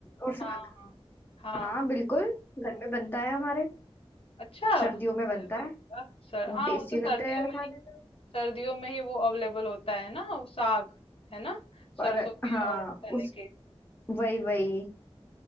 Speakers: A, on the left; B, on the left.
A: और साग
B: हाँ हाँ हाँ
A: हाँ
B: हाँ।
A: बिल्कुल घर में बनता है हमारे
B: अच्छा
A: सर्दियों में बनता
B: अरे
A: है
B: वाह सर
A: बहुत
B: हाँ
A: टेस्टी
B: वो तो सर्दियों
A: लगता है यार
B: में
A: खाने
B: ही
A: में
B: सर्दियों में ही वो अवेलेबल होता है ना वो साग है ना
A: पर
B: सरसों के
A: हाँ
B: और चने
A: उस
B: के
A: वही वही